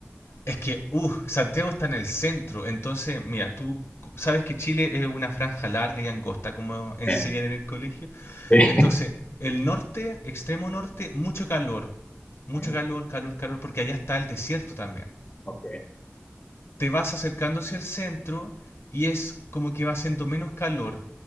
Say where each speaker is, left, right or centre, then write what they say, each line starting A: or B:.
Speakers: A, on the left; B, on the left.
A: es que, uh, Santiago está en el centro, entonces, mira, tú sabes que Chile es una franja larga y angosta, como enseñan
B: Eh,
A: en el colegio.
B: <laughs>
A: Entonces, el norte, extremo norte, mucho calor, mucho
B: sí.
A: calor, calor, calor, porque allá está el desierto también.
B: Ok,
A: te vas acercando hacia el centro y es como que va haciendo menos calor.